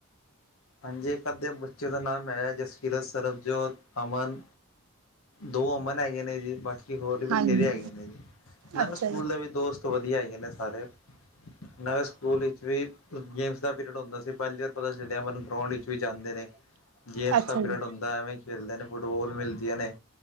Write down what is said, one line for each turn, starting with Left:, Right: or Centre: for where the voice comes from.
Left: ਹਾਂਜੀ, ਇੱਕ ਅੱਧੇ ਬੱਚੇ ਦਾ ਨਾਮ ਹੈ-ਜਸਕੀਰਤ, ਸਰਬਜੋਤ, ਅਮਨ ਦੋ ਅਮਨ ਹੈਗੇ ਨੇ ਜੀ, ਬਾਕੀ ਹੋਰ ਵੀ
Right: ਹਾਂਜੀ
Left: ਬਥੇਰੇ ਹੈਗੇ ਨੇ ਜੀ ਨਾਲੇ,
Right: ਅੱਛਾ
Left: ਸਕੂਲ
Right: ਜੀ
Left: ਦੇ ਵੀ ਦੋਸਤ ਤੋਂ ਵੱਧੀਆ ਹੈਗੇ ਨੇ ਸਾਰੇ, ਨਵੇਂ ਸਕੂਲ ਵਿੱਚ ਵੀ ਫਿਰ ਗੇਮਸ ਦਾ ਪੀਰੀਅਡ ਹੁੰਦਾ ਸੀ ਪਹਿਲੀ <unintelligible> ਗਰਾਊਂਡ ਵੀ ਜਾਂਦੇ ਨੇ।
Right: ਅੱਛਾ
Left: <unintelligible> ਪੀਰੀਅਡ
Right: ਜੀ
Left: ਹੁੰਦਾ ਐਵੇਂ ਖੇਲਦੇ ਨੇ ਫੁੱਟਬਾਲ ਮਿਲਦੀਆਂ ਨੇ।